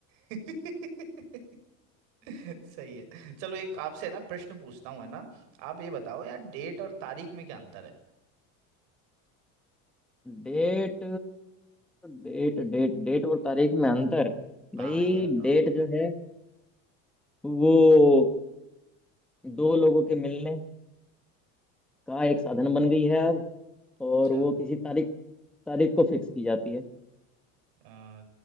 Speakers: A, on the right (about 65°); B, in the centre.
A: <laughs> सही है चलो एक आपसे है ना प्रश्न पूछता हूँ है ना आप ये बताओ यार डेट और तारीख में क्या अंतर है
B: डेट डेट डेट डेट और तारीख में अंतर
A: हाँ
B: भाई
A: ये बताओ
B: डेट जो है वो दो लोगों के मिलने का एक साधन बन गई है अब और
A: अच्छा
B: वो किसी तारीख तारीख को फिक्स की जाती है
A: आ,